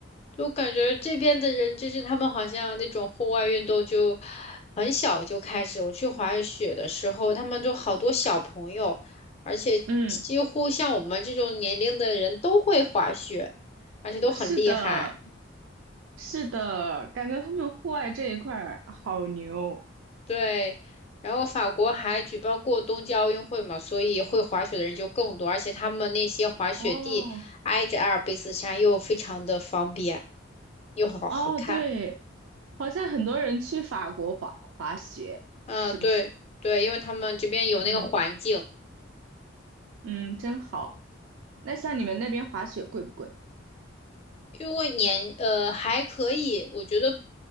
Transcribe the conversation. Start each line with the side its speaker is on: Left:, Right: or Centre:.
Left: 就感觉这边的人，就是他们好像那种户外运动就很小就开始。我去滑雪的时候，他们就好多小朋友，而且几乎像我们这种年龄的人都会滑雪，
Right: 嗯，
Left: 而且都很厉害。
Right: 是的，是的，感觉他们户外这一块儿好牛
Left: 对，然后法国还举办过冬季奥运会嘛，所以会滑雪的人就更多，而且他们那些滑雪地挨着阿尔卑斯山，
Right: 哦
Left: 又非常的方便，又好好看。
Right: 哦，对，好像很多人去法国滑滑雪，
Left: 嗯，
Right: 是不是？
Left: 对对，因为他们这边有那个环境。
Right: 嗯嗯，真好。那像你们那边滑雪贵不贵？
Left: 因为年呃还可以，我觉得，